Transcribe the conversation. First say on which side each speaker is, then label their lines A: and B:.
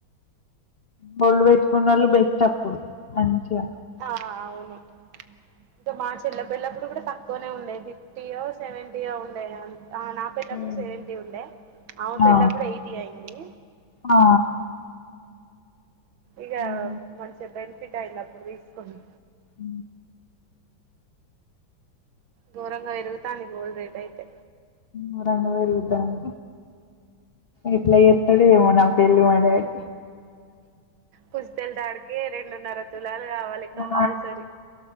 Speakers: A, on the left; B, on the right.
A: బళ్ళు పెట్టుకున్న వాళ్ళు బెస్ట్ అప్పుడు మంచిగా
B: ఆ అవును ఇంకా మా చెల్ల పల్లప్పుడు కూడా తక్కువనే ఉండయి ఫిఫ్టీయో సెవెంటీయో ఉండయ అ ఆ నా పెల్లప్పుడు
A: హ్మ్.
B: సెవెంటీ ఉండే ఆమె
A: ఆ
B: పెల్లప్పుడు ఎయిటీ అయింది
A: ఆ
B: ఇక
A: హుహు.
B: మంచిగా బెనిఫిట్ అయిన్ది అప్పుడు తీసుకని
A: హ
B: ఘూరంగా పెరుగుతాన్ ది గోల్డ్ రేట్ అయితే
A: ఘోరంగా పెరుగుతాంది ఏట్ల ఎతడో ఏమో నా పెళ్లి మా డాడీ
B: పుస్తెలు దాడికి రెండున్నరతులు లాలు కావాలి కంపల్సరి
A: ఆ